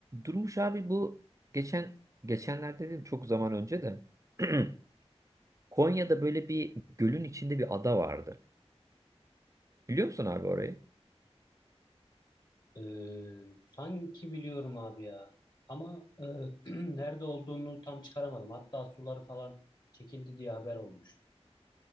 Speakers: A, on the right; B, on the left.
A: Durmuş abi bu geçen geçenlerde dedim çok zaman önce de <clears throat> Konya'da böyle bir gölün içinde bir ada vardı. Biliyor musun abi orayı?
B: Ee, sanki biliyorum abi ya. Ama e, <clears throat> nerede olduğunu tam çıkaramadım. Hatta suları falan çekildi diye haber olmuştu.